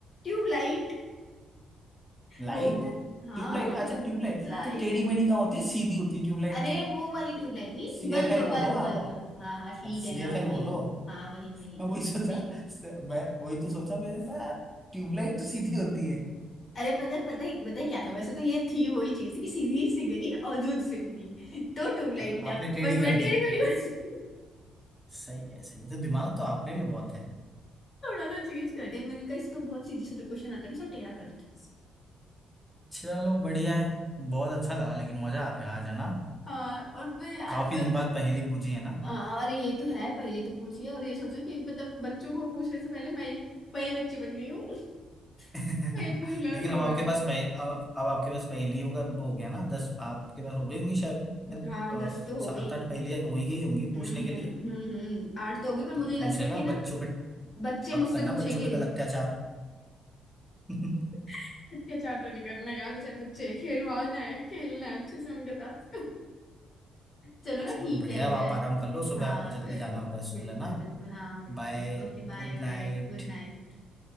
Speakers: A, on the left; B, in the centre.
A: ट्यूबलाइट
B: Light
A: वो हाँ
B: tubelight अच्छा ट्यूबलाइट
A: लाइट
B: तो टेढ़ी मेढ़ी कहाँ होती है सीधी होती है ट्यूबलाइट
A: अरे
B: तो
A: वो वाली ट्यूबलाइट नहीं
B: सी
A: बल्ब
B: एफ एल बोलो
A: बल्ब
B: आप
A: बल्ब हाँ हाँ ठीक
B: अब
A: है
B: सी
A: ना
B: एफ एल
A: वही
B: बोलो
A: हाँ वही वही
B: मैं वही
A: वही
B: सोचा
A: सही
B: मैं वही तो सोचा मैंने कहा यार ट्यूबलाइट तो सीधी होती है
A: अरे पता है पता है पता है क्या था वैसे तो ये थी वही चीज कि सीधी सी गली और दूध से बनी तो ट्यूबलाइट
B: हाँ
A: था
B: आपने टेढ़ी
A: बट मैंने
B: कर
A: टेढ़ी
B: दी
A: मेढ़ी
B: सही है सही है तो दिमाग तो आप में भी बहुत है
A: थोड़ा सा चेंज कर दिया मैंने कहा इसको बहुत सीधी सीधा क्वेश्चन आता है ना सब टेढ़ा कर दो थोड़ा
B: चलो बढ़िया है बहुत अच्छा लगा लेकिन मजा आ गया आज है ना
A: हाँ और फिर यार
B: काफी
A: बस
B: दिन बाद पहेली पूछी है ना
A: हाँ और ये तो है पहले तो पूछिए और ये सोचो कि मतलब बच्चों को पूछने से पहले मैं ही मैं ही बच्ची बन गई हूँ
B: <laughs>
A: <laughs> मैं ही पूछना
B: लेकिन
A: शुरू
B: अब आपके
A: कर दूँ
B: पास पह, अब अब आपके पास पहेलियों का वो हो गया ना दस आपके पास हो गई होंगी शायद
A: हाँ
B: अ,
A: दस तो हो
B: सात
A: गई
B: आठ पहेलियां हो ही गई होंगी पूछने
A: हम्म
B: के
A: हम्म
B: लिए
A: हम्म हम्म आठ तो होगी
B: हाँ,
A: पर मुझे
B: तो
A: लगता
B: पूछ लेना
A: है कि ना
B: बच्चों पे
A: बच्चे मुझसे
B: अब करना
A: पूछेंगे
B: बच्चों पे कल अत्याचार <laughs>
A: <laughs> अत्याचार तो नहीं करना यार बेचारे बच्चे खिलवाना है खेलना है अच्छे से उनके साथ <laughs> चलो ना
B: चलो
A: ठीक
B: बढ़िया
A: है
B: अब
A: मैं
B: आप आराम कर लो सुबह
A: हाँ
B: आपको जल्दी
A: करती
B: जाना होगा स्कूल
A: बिल्कुल
B: है ना
A: बिल्कुल हाँ बिल्कुल
B: बाय
A: okay bye
B: गुड
A: bye
B: नाइट
A: good night